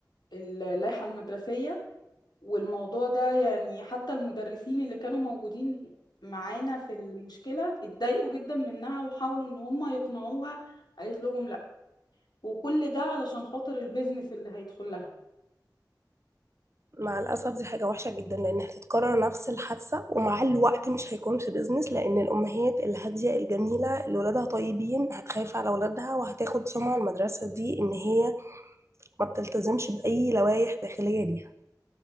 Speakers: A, on the left (about 75°); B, on the right (about 40°).
A: اللائحة المدرسية والموضوع ده يعني حتى المدرسين اللي كانوا موجودين معانا في المشكلة اتضايقوا جدا منها وحاولوا ان هم يقنعوها قالت لهم لا وكل ده علشان خاطر البيزنس اللي هيدخل لها
B: مع الأسف دي حاجة وحشة جدا لأن هتتكرر نفس الحادثة ومع الوقت مش هيكون في بيزنس لأن الأمهات الهادية الجميلة اللي ولادها طيبين هتخاف على ولادها وهتاخد سمعة المدرسة دي إن هي ما بتلتزمش بأي لوائح داخلية ليها